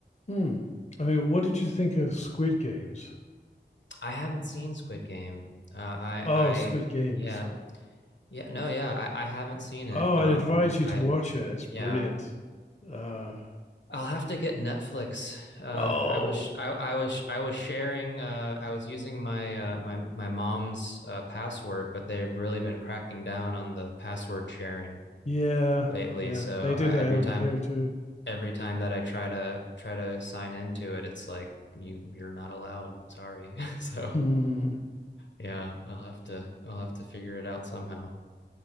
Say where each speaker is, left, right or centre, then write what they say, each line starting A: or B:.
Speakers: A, on the left; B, on the left.
A: Mm. I mean, what did you think of Squid Games?
B: I haven't seen Squid Game. Uh, I
A: Oh,
B: I
A: Squid Game,
B: yeah
A: sorry.
B: yeah no yeah I I haven't seen it.
A: Oh, I'd
B: Um
A: advise you
B: I
A: to watch it. It's
B: yeah
A: brilliant. Uh,
B: I'll have to get Netflix. Uh,
A: oh,
B: I was I, I was I was sharing. Uh, I was using my uh, my my mom's uh, password, but they've really been cracking down on the password sharing
A: yeah,
B: lately.
A: yeah.
B: So
A: They
B: uh,
A: do that
B: every
A: over
B: time
A: here too.
B: every time that I try to try to sign into it, it's like you you're not allowed. Sorry. <laughs> So
A: <laughs>
B: yeah, I'll have to I'll have to figure it out somehow.